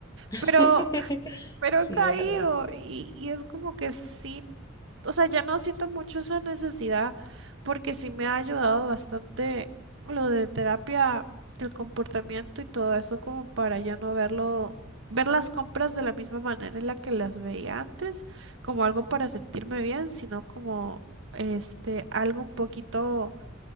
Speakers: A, on the left; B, on the right.
A: <laughs>
B: pero pero
A: Sí,
B: he caído
A: es verdad.
B: y, y es como que sí o sea, ya no siento mucho esa necesidad porque sí me ha ayudado bastante lo de terapia del comportamiento y todo eso como para ya no verlo, ver las compras de la misma manera en la que las veía antes, como algo para sentirme bien, sino como este algo un poquito